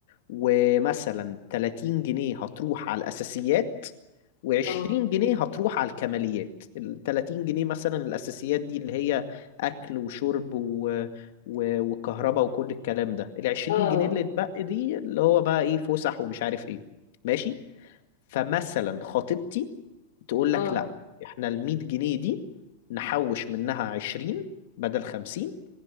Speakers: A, on the left; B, on the left.
A: ومثلا 30 جنيه هتروح على الأساسيات و20
B: اه
A: جنيه هتروح على الكماليات ال 30 جنيه مثلا الأساسيات دي اللي هي أكل وشرب و... و... وكهرباء وكل الكلام ده ال 20
B: اه
A: جنيه اللي اتبقى دي اللي هو بقى إيه فسح ومش عارف إيه ماشي فمثلا خطيبتي تقول
B: اه
A: لك لا إحنا ال 100 جنيه دي نحوش منها 20 بدل 50